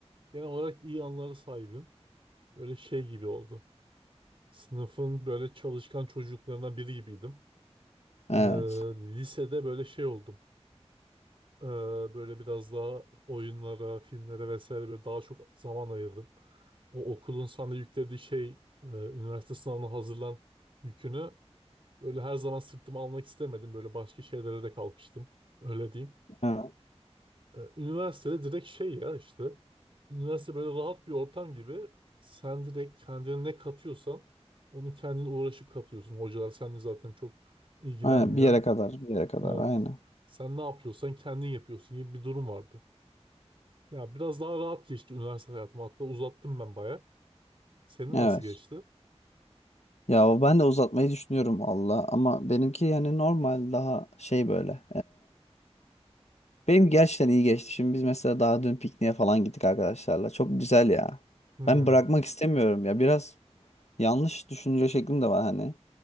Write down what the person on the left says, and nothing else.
Evet.
Evet.
Aynen, bir yere kadar bir yere kadar
aynen.
Evet.
Ya ben de uzatmayı düşünüyorum Allah ama benimki yani normal daha şey böyle. Benim gerçekten iyi geçti. Şimdi biz mesela daha dün pikniğe falan gittik arkadaşlarla. Çok güzel ya.
Ben bırakmak istemiyorum ya. Biraz yanlış düşünce şeklim de var hani.